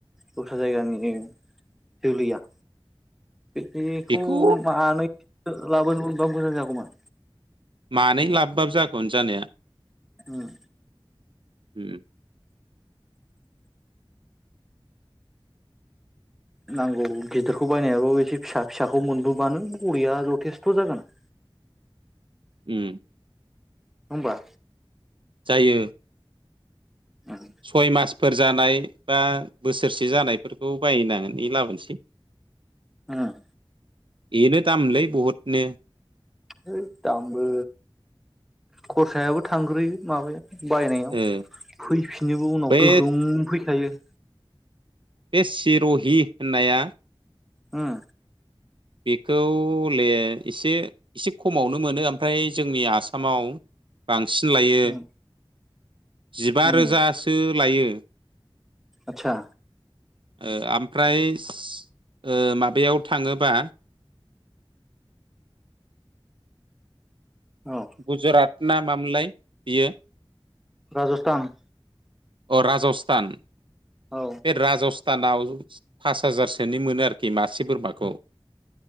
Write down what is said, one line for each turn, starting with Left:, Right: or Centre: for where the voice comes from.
Centre: दस्रा जायगानि जोलैया बे-बेखौ
Right: बेखौ
Centre: मानैसो लाबोनो मोनबा मोजां जागौमोन।
Right: मानै लाबबाबो जागौमोन जानाया।
Centre: उम।
Right: उम।
Centre: नांगौ गिदोरखौ बायनायाबो एसे फिसा फिसाखौ मोनबोबानो बरिया जथेस्थ' जागोन।
Right: उम।
Centre: होमबा?
Right: जायो।
Centre: उम
Right: सय मासफोर जानाय बा बोसोरसे जानायफोरखौ बायनानै लाबोनोसै। <inaudible>
Centre: उम।
Right: बेनो दामलै बहुदनो।
Centre: है दामबो खरसायाबो थांग्रोयो माबाया। बायनायाव
Right: ओ
Centre: फैफिनोबो उनाव
Right: बे
Centre: गोगोम फैखायो।
Right: बे सिर'हि होननाया
Centre: उम।
Right: बेखौले इसे इसे खमावनो मोनो ओमफ्राय जोंनि आसामाव बांसिन लायो
Centre: उम
Right: जिबा
Centre: उम
Right: रोजासो लायो।
Centre: आतसा।
Right: <inaudible> ओ आमफ्रायस ओ माबायाव थाङोबा
Centre: औ।
Right: गुजरात ना मामोनलाय बियो?
Centre: राजस्थान।
Right: अ राजस्थान।
Centre: औ।
Right: बे राजस्थानाव पास हाजारसोनि मोनो आरोखि मासे बोरमाखौ।